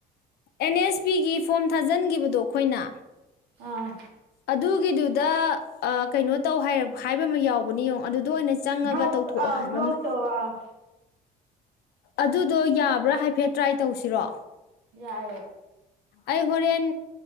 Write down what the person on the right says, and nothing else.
ꯑꯥ
ꯕ꯭ꯂꯣꯛ
ꯑꯥ
ꯕ꯭ꯂꯣꯛ
ꯇꯧꯔ ꯑꯥ
ꯌꯥꯎꯑꯦ